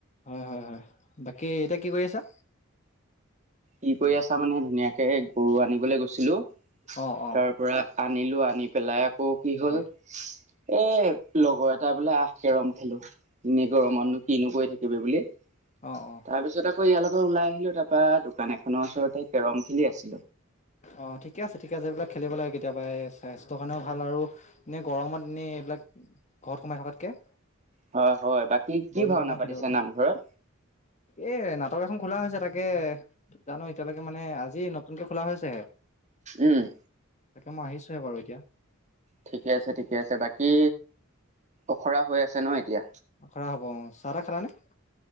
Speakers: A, on the left (about 35°); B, on the right (about 35°).
A: হয় হয় হয় বাকী এতিয়া কি কৰি আছা
B: কি কৰি আছা মানে ধুনীয়াকে গৰু আনিবলৈ গৈছিলো
A: অ অ
B: তাৰ পৰা আনিলো আনি পেলাই আকৌ কি হ'ল
A: হয়
B: এ লগৰ এটা বোলে আহ কেৰম খেলো। এনে গৰমত
A: হয় হয়
B: নো কিনো কৰি থাকিবি বুলি
A: অ অ।
B: তাৰ পিছত আকৌ ইয়ালৈকে ওলাই আহিলো তাৰপৰা দোকান এখনৰ ওচৰতে কেৰম খেলি আছে
A: অ ঠিকে আছে ঠিকে আছে এইবিলাক খেলিব লাগে কেতিয়াবা স্বাস্থ্য কাৰণেও ভাল আৰু এনেই গৰমত দিনত এনেই এইবিলাক ঘৰত সোমাই থকাতকে।
B: হয় হয় বাকী কি
A: গৈ মেলি
B: ভাওনা
A: অকনমান
B: পাতিছে
A: খেলিবলৈ।
B: নামঘৰত
A: এই নাটক এখন এখন খোলা হৈছে তাকে জানো এতিয়ালৈকে মানে। আজি নতুনকে খোলা হৈছেহে
B: উম।
A: তাকে মই আহিছোহে বাৰু এতিয়া।
B: ঠিকে আছে ঠিকে আছে বাকী অখৰা হৈ আছে ন এতিয়া?
A: আখৰা হ'ব অ চাহ তা খালা নে?